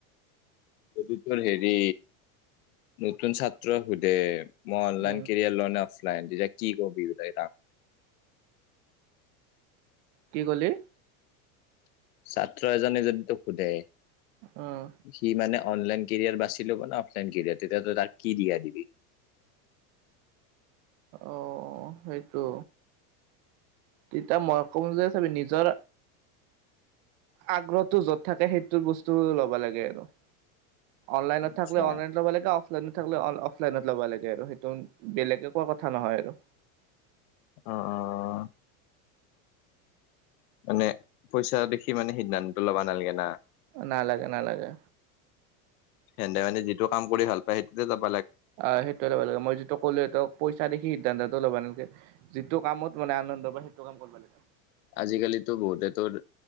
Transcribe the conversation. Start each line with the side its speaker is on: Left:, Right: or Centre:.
Left: যদি তোৰ হেৰি নতুন ছাত্ৰই সোধে মই অনলাইন
Right: উম
Left: কেৰিয়াৰ লৈ
Right: কি ক'লি?
Left: ছাত্ৰ এজনে যদি তোক সোধে
Right: উম
Left: সি মানে অনলাইন কেৰিয়াৰ বাচি ল'ব ন অফলাইন কেৰিয়াৰ তেতিয়াতো তাৰ কি দিয়া দিবি?
Right: অহ সেইটো। তিতা মই কম যে চাবি নিজৰ আগ্ৰহটো য'ত থাকে সেইটো বস্তু ল'বা লাগে আৰু। অনলাইনত
Left: আচ্ছা।
Right: থাকলে অনলাইন লব লাগে অফলাইন থাকলে অফলাইনত লবা লাগে আৰু সেইটো বেলেগে কোৱা কথা নহয় আৰু।
Left: অ' অ'। মানে পইচা দেখি মানে সিদ্ধান্ত ল'বা নালাগে না?
Right: নালাগে নালাগে।
Left: সেনেদে মানে যিটো কাম কৰি ভাল পায় সেইটোতে যাব।
Right: আহ সেইটোৱে ল'ব লাগে মই যিটো কলো তোক পইচা দেখি সিদ্ধান্তটো ল'বা নেলাগে। যিটো কামত মানে আনন্দ পায় সেইটো কাম কৰিবা লাগে।
Left: আজিকালিতো বহুতে তোৰ